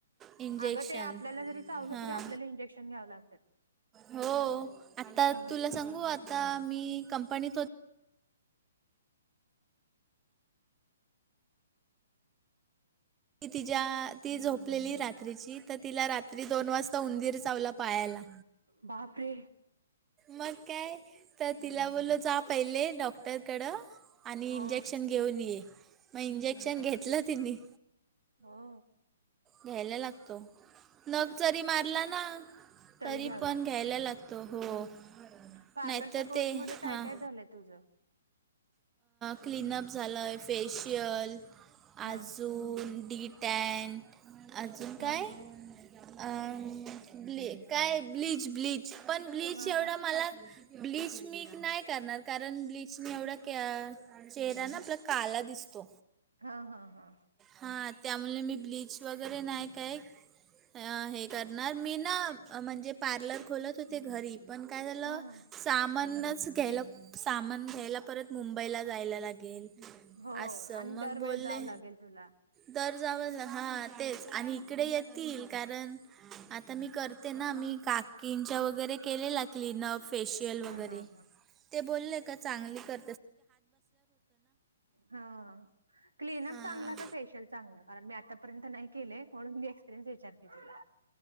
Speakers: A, on the right; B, on the right.
A: इंजेक्शन
B: अग ते आपल्याला जरी चावलं
A: हां
B: तरी आपल्याला इंजेक्शन घ्याव लागतात.
A: हो आता
B: हम्म
A: तुला सांगू आता मी कंपनीत होत ती तिच्या ती झोपलेली रात्रीची तर तिला रात्री दोन वाजता उंदीर चावला पायाला.
B: बापरे
A: मग काय तर तिला बोलो जा पहिले डॉक्टरकडं. आणि
B: हो
A: इंजेक्शन घेऊन ये, मग इंजेक्शन घेतलं तिनी
B: हा
A: घ्यायला लागतो, नख जरी मारला ना तरी
B: घ्यावं
A: पण
B: लागत
A: घ्यायला लागतो. तो हो
B: पार्लरच्या
A: नाहीतर
B: कोर्समध्ये
A: ते
B: काय
A: हां
B: काय झालंय तुझं?
A: क्लीनप झालं आहे, फेशियल,
B: हा
A: आजून डीट ट्यान, अजून
B: हा
A: काय?
B: हा
A: अं काय ब्लीच, ब्लीच पण ब्लीच
B: हा
A: एवढं
B: हा
A: मला ब्लीच मी नाही करणार. कारण ब्लीचनी एवढं चेहरा ना आपला काळा दिसतो.
B: हा हा हा
A: हा त्यामुळे मी ब्लीच वगैरे नाही काय करतं. अ हे करणार मी ना अ म्हनजे पार्लर खोलत होते घरी. पन काय झालं
B: हा
A: सामानच घ्यायला, सामान घ्यायला परत मुंबईला जायला लागेल,
B: हो
A: असं
B: आणि
A: मग
B: दरवेळेस
A: बोल्ले
B: जावं लागेल तुला
A: तर जा हा तेच, आनी इकडे येतील कारन आता मी करते ना मी काकींच्या वगैरे केलेला क्लीनप. फेशियल
B: हा
A: वगैरे,
B: हा हा
A: ते बोल्ले का चांगली कर
B: हा क्लीनप
A: हां
B: चांगला का फेशियल चांगला? कारन मी आतापर्यंत नाही केलंय, म्हणून मी एक्सपिरीयन्स विचारतेतुला